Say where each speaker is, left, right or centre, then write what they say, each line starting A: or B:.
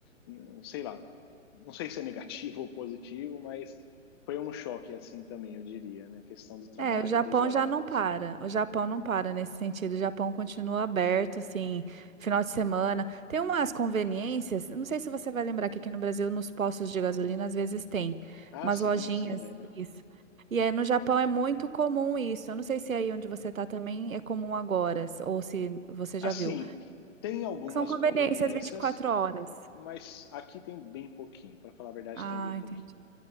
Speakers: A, on the left; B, on the right.
A: hum, sei lá, não sei se é negativo <laughs> ou positivo, mas foi um choque assim também, eu diria, né? A questão do trabalho,
B: É, o Japão
A: dos horários.
B: já não para. O Japão não para nesse sentido. O Japão continua aberto, assim, final de semana. Tem umas conveniências, não sei se você vai lembrar que aqui no Brasil, nos postos de gasolina, às vezes tem
A: Ah,
B: umas
A: sim,
B: lojinhas,
A: sim, lembro.
B: isso. E aí no Japão é muito comum isso. Eu não sei se aí onde você tá também é comum agora, ou se você
A: Assim,
B: já viu.
A: tem algumas
B: São conveniências
A: conveniências
B: vinte e quatro horas.
A: Mas aqui tem bem pouquinho, para falar a verdade,
B: Ah,
A: tem bem pouquinho.
B: entendi.